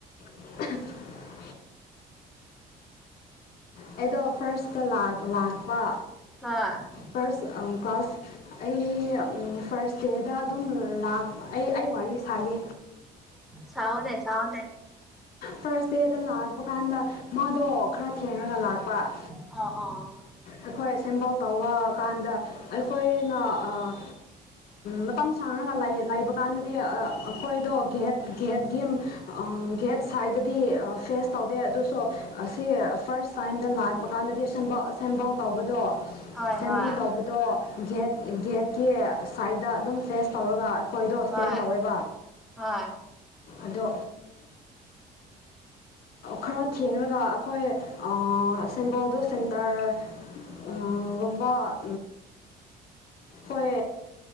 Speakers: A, on the left; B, in the centre.
A: <unintelligible> ꯑꯗꯣ ꯐꯥꯔꯁꯇ ꯂꯥꯛꯄ
B: ꯍꯣꯏ
A: ꯐꯥꯔꯁ ꯀ꯭ꯂꯥꯁ ꯑꯩ ꯐꯥꯁ ꯏꯁꯇꯦꯗ ꯑꯗꯨꯝ ꯂ ꯑꯩ ꯑꯩ ꯋꯥꯔꯤ ꯁꯥꯒꯦ
B: ꯁꯥꯎꯑꯣꯅꯦ ꯁꯥꯎꯑꯣꯅꯦ
A: ꯐꯥꯔꯁ ꯗꯦꯗ ꯂꯥꯛꯄ ꯀꯥꯟꯗ ꯃꯥꯗꯣ ꯈꯔ ꯊꯦꯡ ꯂꯥꯛꯄ
B: ꯑꯣ ꯑꯣ
A: ꯑꯩꯈꯣꯏ ꯑꯦꯁꯦꯝꯕꯜ ꯇꯧꯕ ꯀꯥꯟꯗ ꯑꯩꯈꯣꯏꯅ ꯃꯇꯝ ꯁꯥꯡꯅꯒ ꯂꯩꯕ ꯀꯥꯟꯗꯗꯤ ꯑꯩꯈꯣꯏꯗꯣ ꯒꯦꯠ ꯒꯦꯠꯀꯤ ꯒꯦꯠ ꯁꯥꯏꯗꯗꯤ ꯐꯦꯁ ꯇꯧꯗꯦ ꯑꯗꯨꯁꯨ ꯑꯁꯤ ꯐꯥꯔꯁ ꯇꯥꯏꯝꯗ ꯂꯥꯛꯄ ꯀꯥꯟꯗꯗꯤ ꯑꯁꯦꯝꯕꯜ ꯇꯧꯕꯗꯣ
B: ꯍꯣꯏ
A: ꯑꯁꯦꯝꯕ꯭ꯂꯤ
B: ꯍꯣꯏ
A: ꯇꯧꯕꯗꯣ ꯒꯦꯠ ꯒꯦꯠꯀꯤ ꯁꯥꯏꯗ ꯑꯗꯨꯝ ꯐꯦꯁ ꯇꯧꯔꯒ ꯍꯣꯏꯗꯣ
B: ꯍꯣꯏ
A: ꯁ꯭ꯇꯦꯟ ꯇꯧꯋꯦꯕ
B: ꯍꯣꯏ
A: ꯑꯗꯣ ꯈꯔ ꯊꯦꯡꯉꯒ ꯑꯩꯈꯣꯏ ꯑ ꯁꯤꯕꯜꯗ ꯁꯦꯟꯇꯔꯒꯨꯝꯕ ꯍꯣꯏ